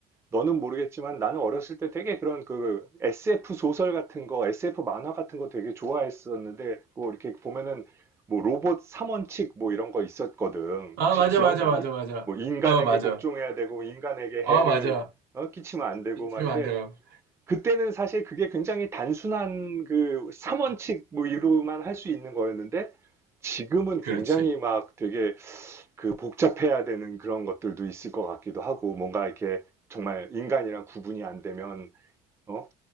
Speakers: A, on the right (about 15°); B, on the right (about 75°).
A: 너는 모르겠지만 나는 어렸을 때 되게 그런 그 SF 소설 같은 거 SF 만화 같은 거 되게 좋아했었는데 뭐 이렇게 보면은 뭐 로봇 3원칙 뭐 이런 거 있었거든
B: 아,
A: 혹시
B: 맞아,
A: 기억나니?
B: 맞아, 맞아, 맞아.
A: 뭐 인간에게
B: 어, 맞아.
A: 복종해야 되고 인간에게
B: 아,
A: 해를
B: 맞아.
A: 어, 끼치면 안 되고
B: 틀리면
A: 막
B: 안 돼요.
A: 그때는 사실 그게 굉장히 단순한 그 3원칙 뭐 이로만 할 수 있는 거였는데 지금은
B: 그렇지.
A: 굉장히 막 되게 그 복잡해야 되는 그런 것들도 있을 것 같기도 하고 뭔가 이렇게 정말 인간이랑 구분이 안 되면 어?